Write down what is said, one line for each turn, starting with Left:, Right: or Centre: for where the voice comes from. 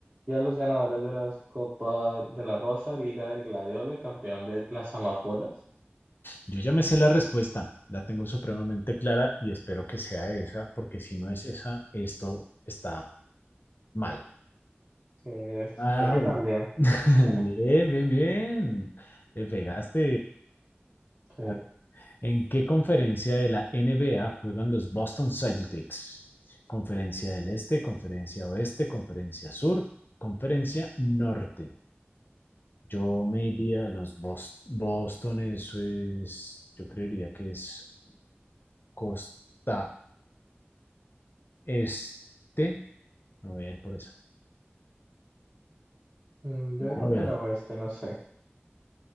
Right: y a los ganadores de las Copa de la Rosa, Liga del Gladiola y campeón de las Amapolas.
Left: Yo ya me sé la respuesta, la tengo supremamente clara y espero que sea esa, porque si no es esa, esto está mal.
Right: Eh, sí,
Left: Ah,
Right: creo que también.
Left: <laughs>
Right: <laughs>
Left: bien, bien, bien. Le pegaste.
Right: Sí.
Left: Ah, ¿En qué conferencia de la NBA juegan los Boston Celtics? Conferencia del Este, Conferencia Oeste, Conferencia Sur, Conferencia Norte. Yo me iría a los Bos- Boston, eso es, yo creería que es costa este. A ver, por eso.
Right: Mm, Yo digo
Left: A ver.
Right: que la oeste, no sé.